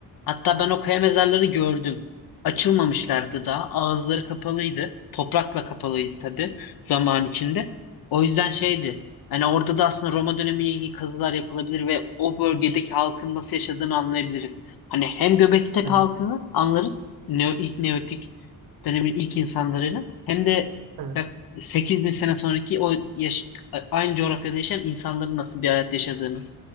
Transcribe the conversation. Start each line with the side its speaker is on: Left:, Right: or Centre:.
Left: Hatta
Right: Ha.
Left: ben o kaya mezarları gördüm. Açılmamışlardı daha. Ağızları kapalıydı. Toprakla kapalıydı tabii zaman içinde. O yüzden şeydi. Hani orada da aslında Roma dönemiyle ilgili kazılar yapılabilir ve o bölgedeki halkın nasıl yaşadığını anlayabiliriz. Hani hem Göbektepe
Right: Evet
Left: halkını anlarız. Neo, ilk Neolitik dönemin ilk insanlarını hem de
Right: evet.
Left: yak 8 bin sene sonraki o yaş- aynı coğrafyada yaşayan insanların nasıl bir hayat yaşadığını.